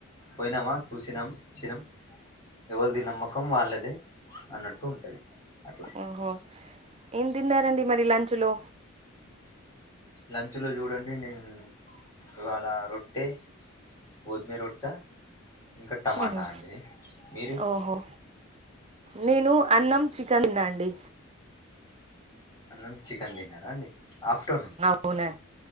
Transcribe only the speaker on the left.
పోయినామా చూశినం. చినం ఎవళ్ది నమ్మకం వాళ్ళదే అన్నట్టు ఉంటది అట్లా.
లంచ్ లో చూడండి నేన్ ఇవాళ్ళా రొట్టే. గోద్మే రొట్టా ఇంకా టమాటా
అండి మీరు.
అన్నం చికెన్ తిన్నారా అండి ఆఫ్టర్నూన్.